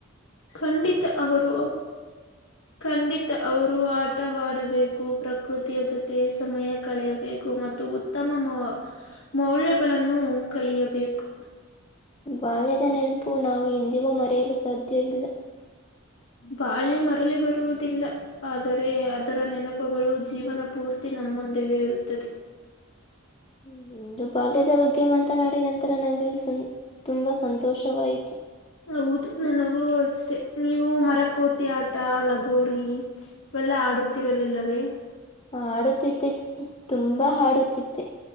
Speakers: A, on the left; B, on the left.
A: ಖಂಡಿತ ಅವರು ಖಂಡಿತ ಅವರು ಆಟ ವಡಬೇಕು ಪ್ರಕೃತಿಯ ಜೊತೆ ಸಮಯ ಕಳೆಯಬೇಕು ಮತ್ತು ಉತ್ತಮ ಮ ಮೌಲ್ಯಗಳನ್ನು ಕಲಿಯಬೇಕು
B: ಬಾಲ್ಯದ ನೆನಪು ನಾವು ಎಂದಿಗೂ ಮರೆಯಲು ಸಾಧ್ಯವಿಲ್ಲ
A: ಬಾಳ್ಯ ಮರಳ ಬರುವುದಿಲ್ಲ ಆದರೆ ಅದರ ನೆನಪುಗಳು ಜೀವನ ಪೂರ್ತಿ ನ ನಮ್ಮೊಂದಿಗೆ ಇರುತ್ತದೆ.
B: ಹೇಳಿ ಇಂದು ಬಾಲ್ಯದ ಬಗ್ಗೆ ಮಾತನಾಡಿ ನಂತರ ನಂಗೆ ಸುಂ ತುಂಬಾ ಸಂತೋಷವಾಯಿತು.
A: ಹೌದು ನನಗೂ ಅಷ್ಟೆ ನೀವು ಮರಕೋತಿ ಆಟ ಲಗೋರಿ ವೆಲ್ಲ ಆಡುತ್ತಿರಲಿಲ್ಲವೇ.
B: ಆಡುತ್ತಿದ್ದೆ ತುಂಬಾ ಹಾಡುತ್ತಿದ್ದೆ